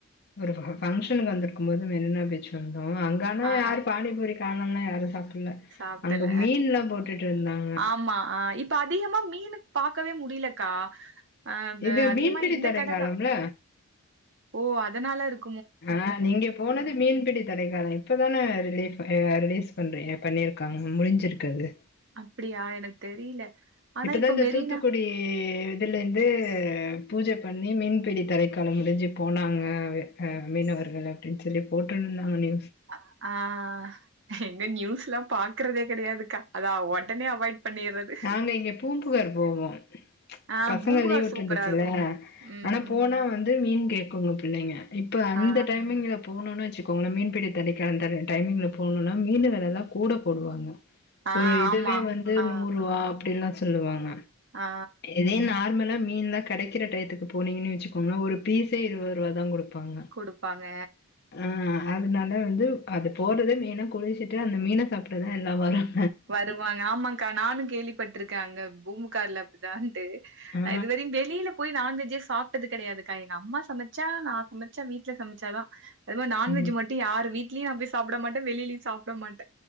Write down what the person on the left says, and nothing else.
ஒரு ஃபங்க்ஷனுக்கு வந்திருக்க்கும்போது மெரினா பீச் வந் தோ அங்கான
யாரு பானிபூரி காரம்னா யாரு சாப்ட் ல
அங்க மீன்ல்லா போட்டுட்ருந்தாங்க
இது
மீன்பிடி
தடை
காலம்ல
ஆஹ் நீங்க போனது மீன்பிடி தடைகாலோ இப்பதானே ரிலீப் ரிலீஸ் பண்ற பண்ணியிருக்காங்க முடிஞ்சிருக்காது
இப்பதா
இந்த
தூத்துக்குடி இதுல இருந்து து பூஜ பண்ணி மீன்பிடி தடைக்காலம் முடிஞ்சு போனாங்க ஆஹ் மீனவர்கள் அப்டின்னு சொல்லி போட்டுந்தாங்களே
நாங்க இங்க பூம்புகார் போவோ
பசங்க
லீவ் விட்டுருந்துச்சுல
ஆனா போனா வந்து மீன் கேக்குங்க புள்ளைங்க இப்ப அந்த
டைமிங்க்ல போனுன்ன வெச்சுக்கோங்களே மீன்பிடி தடைக் அந்த டைமிங்ல போனும்னா மீன் வெலைல்லா கூட போடுவாங்க
ஒரு இதுவே
வந்து
நூரூவா அப்டில்லா சொல்லுவாங்க
இதே நார்மலா மீன்ல கிடைக்கிற டைத்துக்கு போனீங்கன்னு வெச்சுக்கோங்களே ஒரு பீஸே இருவதுரூவாதா கொடுக் ப்பாங்க
ஆஹ் அதனால வந்து அது போறது மெய்னா குளிச்சிட்டு அந்த மீன சாப்டதா எல்லா வரங்
ஆ
ம்